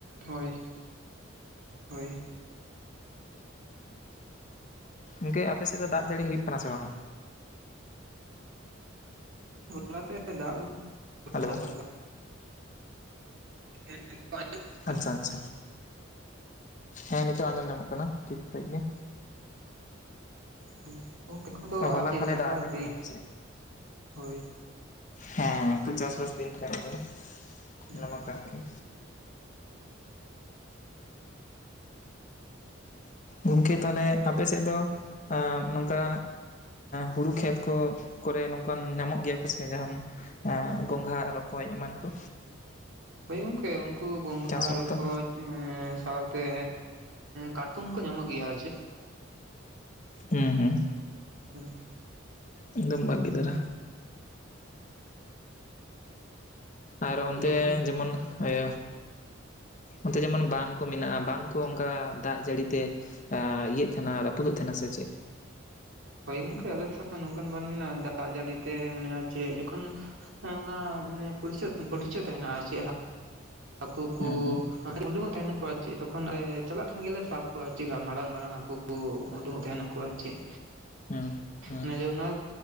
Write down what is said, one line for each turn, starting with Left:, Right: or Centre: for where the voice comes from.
Right: ᱦᱳᱭ ᱦᱳᱭ
Left: ᱤᱝᱠᱮ ᱟᱯᱮ ᱥᱮᱫ ᱫᱚ ᱫᱟᱜ ᱡᱟᱹᱲᱤ ᱦᱩᱭᱩᱜ ᱠᱟᱱᱟ ᱥᱮ ᱵᱟᱝ-ᱟ
Right: ᱦᱚᱞᱟ ᱛᱮ ᱫᱟᱜ ᱠᱟᱫ
Left: ᱦᱮᱞᱳ
Right: ᱛᱟᱦᱮᱸᱱᱟ <unintelligible>
Left: ᱟᱪᱪᱷᱟ ᱟᱪᱪᱷᱟ ᱦᱮᱸ ᱱᱤᱛᱚᱜ ᱟᱸᱡᱚᱢ ᱧᱟᱢᱚᱜ ᱠᱟᱱᱟ ᱴᱷᱤᱠ ᱥᱟᱹᱦᱤᱡ ᱜᱮ
Right: ᱦᱩᱭ ᱛᱚᱠᱷᱚᱱ ᱫᱚ
Left: ᱦᱚᱞᱟ
Right: ᱪᱟᱥ
Left: ᱛᱟᱦᱚᱞᱮ ᱫᱟᱜ
Right: ᱵᱟᱥ
Left: ᱟᱠᱟᱫ ᱛᱟᱦᱮᱱᱟᱭ
Right: ᱫᱤᱱ
Left: ᱦᱮᱸ ᱥᱮ
Right: ᱦᱳᱭ
Left: ᱦᱮᱸ ᱮᱠᱴᱩ ᱪᱟᱥᱵᱟᱥ ᱫᱤᱱ ᱠᱟᱱ ᱜᱮᱭᱟ
Right: ᱦᱩᱸ
Left: ᱚᱱᱟᱢᱟ ᱠᱟᱱ ᱜᱮ ᱜᱚᱢᱠᱮ ᱛᱟᱦᱞᱮ ᱟᱯᱮ ᱥᱮᱫ ᱫᱚ ᱱᱚᱝᱠᱟ ᱦᱩᱲᱩ ᱠᱷᱮᱛ ᱠᱚ ᱠᱚᱨᱮ ᱱᱚᱝᱠᱟᱱ ᱧᱟᱢᱚᱜ ᱜᱮᱭᱟ ᱠᱚ ᱥᱮ ᱡᱟᱦᱟᱱ ᱟᱻ ᱜᱚᱝᱜᱷᱟ ᱨᱚᱠᱚᱡ ᱮᱢᱟᱱ ᱠᱚ
Right: ᱦᱳᱭ ᱜᱚᱝᱠᱮ ᱩᱱᱠᱩ ᱜᱚᱝᱜᱷᱟ
Left: ᱪᱟᱥ ᱚᱠᱛᱚ
Right: ᱨᱚᱠᱚᱡ ᱥᱟᱶᱛᱮ ᱠᱟᱴᱠᱚᱢ ᱦᱚᱸᱠᱚ ᱧᱟᱢᱚᱜ ᱜᱮᱭᱟ ᱟᱨ ᱪᱮᱫ
Left: ᱦᱩᱸ ᱦᱩᱸ
Right: ᱦᱩᱸ
Left: ᱮᱠᱫᱚᱢ ᱵᱷᱟᱹᱜᱮ ᱫᱟᱨᱟ ᱟᱨ ᱚᱱᱛᱮ
Right: ᱡᱚᱠᱷᱚᱱ
Left: ᱡᱮᱢᱚᱱ ᱤᱭᱟᱹ ᱚᱱᱛᱮ ᱡᱮᱢᱚᱱ ᱵᱟᱸᱫ ᱠᱚ ᱢᱮᱱᱟᱜ-ᱟ ᱵᱟᱸᱫ ᱠᱚ ᱚᱱᱠᱟ ᱫᱟᱜ ᱡᱟᱹᱲᱤ ᱛᱮ ᱟᱻ ᱤᱭᱟᱹᱜ ᱠᱷᱟᱱᱟ ᱨᱟᱹᱯᱩᱫᱚᱜ ᱛᱟᱦᱮᱸᱱᱟ ᱥᱮ ᱪᱮᱫ
Right: ᱦᱳᱭ ᱜᱚᱝᱠᱮ ᱟᱞᱮ ᱥᱮ ᱱᱚᱝᱠᱟᱱ ᱵᱟᱝ ᱢᱮᱱᱟᱜ-ᱟ ᱫᱟᱜ ᱡᱟᱹᱲᱤᱛᱮ ᱢᱟᱱᱮ ᱪᱮᱫ ᱡᱚᱠᱷᱚᱱ ᱚᱱᱟ ᱢᱟᱱᱮ ᱯᱚᱨᱪ ᱯᱚᱨᱤᱪᱚᱭ ᱛᱟᱦᱮᱸᱱᱟ ᱪᱮᱫ ᱦᱟᱹᱠᱩ ᱠᱩ
Left: ᱦᱩᱸ ᱦᱩᱸ
Right: ᱩᱰᱩᱠᱚᱜ ᱛᱟᱦᱮᱸᱱᱟ ᱠᱚ ᱟᱨ ᱪᱮᱫ ᱛᱚᱠᱷᱚᱱ ᱪᱟᱞᱟᱜ ᱛᱟᱦᱮᱸᱱ ᱜᱮᱞᱮ ᱥᱟᱵ ᱠᱚᱣᱟ ᱟᱨ ᱪᱮᱫ ᱢᱟᱨᱟᱝ ᱢᱟᱨᱟᱝ ᱦᱟᱹᱠᱩ ᱠᱚ ᱩᱰᱩᱝᱚᱜ ᱛᱟᱦᱮᱸᱱᱟ ᱠᱚ ᱟᱨ ᱪᱮᱫ
Left: ᱦᱩᱸ ᱦᱩᱸ
Right: ᱚᱱᱟ ᱫᱚ ᱚᱱᱟ